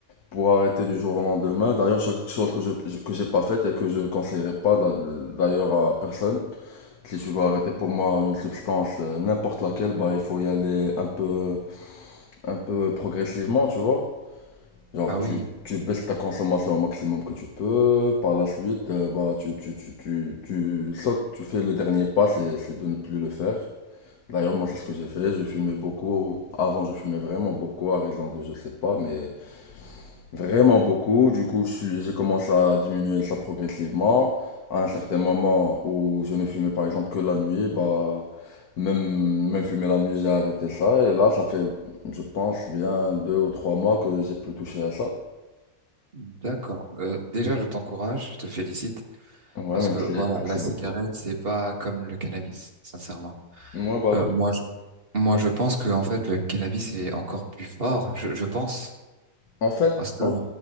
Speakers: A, on the left; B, on the right.
A: pour arrêter du jour au lendemain, d'ailleurs, c'est quelque chose que je que j'ai pas fait et que je conseillerais pas d'a- d'ailleurs à personne. Si tu veux arrêter pour moi une substance, euh, n'importe laquelle, bah il faut y aller un peu un peu progressivement, tu vois. Genre,
B: Bah
A: tu,
B: oui,
A: tu baisses ta consommation au maximum que tu peux. Par la suite, euh, bah, tu, tu, tu, tu, tu sautes, tu fais le dernier pas, c'est, c'est de ne plus le faire. D'ailleurs, moi, c'est ce que j'ai fait. Je fumais beaucoup. Avant, je fumais vraiment beaucoup, à raison de, je sais pas, mais vraiment beaucoup. Du coup, je suis, j'ai commencé à diminuer ça progressivement. À un certain moment où je ne fumais, par exemple, que la nuit, bah, même, même fumer la nuit, j'ai arrêté ça. Et là, ça fait, je pense, bien deux ou trois mois que j'ai plus touché à ça.
B: d'accord. Euh, déjà, je t'encourage, je te félicite,
A: Ouais,
B: parce
A: merci,
B: que voilà,
A: merci
B: la cigarette,
A: beaucoup.
B: c'est pas comme le cannabis, sincèrement.
A: Moi, bah,
B: Euh, moi, Moi, je pense que en fait, le cannabis est encore plus fort. Je, je pense
A: en fait,
B: parce que
A: en,